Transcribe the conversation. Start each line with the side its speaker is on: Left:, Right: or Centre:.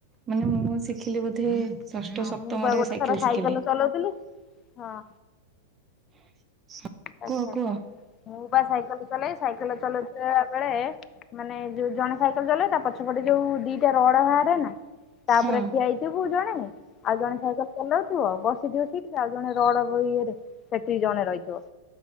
Right: ମାନେ ମୁଁ ଶିଖିଲି ବୋଧେ ଷଷ୍ଠ
Left: ହଁ
Right: ସପ୍ତମରେ
Left: ମୁଁ ବା ଗୋଟେ ଥର ସାଇକେଲ
Right: ଶିଖିଲି
Left: ଚଲାଉଥିଲି ହଁ।
Right: <inaudible>
Left: ଆଛା
Right: କୁହ
Left: ଆଛା
Right: କୁହ
Left: ମୁଁ ବା ସାଇକଲ ଚଲେଇ ସାଇକଲ ଚାଲ ଆ ବେଳେ ମାନେ ଯଉ ଜଣେ ସାଇକେଲେ ଚଲେଇବ ତା ପଛ ସେପଟେ ଯୋଉ ଦିଟା ରଡ ଭାରେ ନା। ତା
Right: ହଁ
Left: ପରେ ଠିଆ ହେଇଥିବୁ ଯା। ନାଇଁ ଆଉ ଜଣେ ସାଇକେଲ ଚଲାଉଥିବ ବସିଥିବ ଠିକଠାକ ଆଉ ଜଣେ ରଡ ଇଏରେ ସେଠି ଜଣେ ରହିଥିବ।